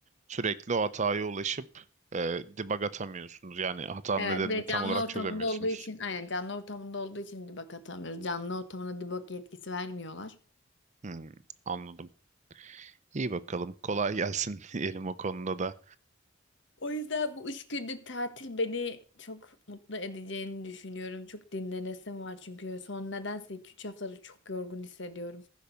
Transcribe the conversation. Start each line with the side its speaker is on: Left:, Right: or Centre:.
Right: sürekli o hataya ulaşıp e, debug atamıyorsunuz. Yani hatanın
Left: Evet,
Right: nedenini
Left: bir de
Right: tam
Left: canlı
Right: olarak
Left: ortamında
Right: çözemiyorsunuz.
Left: olduğu için aynen canlı ortamında olduğu için debug atamıyoruz. Canlı ortamına debug yetkisi vermiyorlar.
Right: Hmm, anladım. İyi bakalım. Kolay gelsin <laughs> diyelim o konuda da.
Left: O yüzden bu üç günlük tatil beni çok mutlu edeceğini düşünüyorum. Çok dinlenesim var çünkü son nedense 2-3 haftadır çok yorgun hissediyorum.